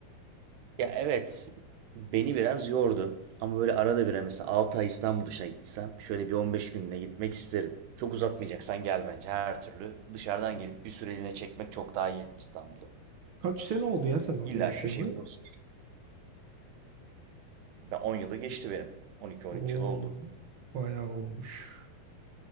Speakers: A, on the right; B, on the right.
A: ya evet. Beni biraz yordu. Ama böyle arada bir hani mesela 6 ay İstanbul dışına gitsem şöyle bir 15 gününe gitmek isterim. Çok uzatmayacaksan gel bence her türlü. Dışarıdan gelip bir süreliğine çekmek çok daha iyi İstanbul'u.
B: Kaç sene oldu ya sen orada
A: İlla
B: yaşayalı?
A: ki bir şey bulursun. Ben 10 yılı geçti benim. 12-13
B: Oo,
A: yıl oldu.
B: bayağı olmuş.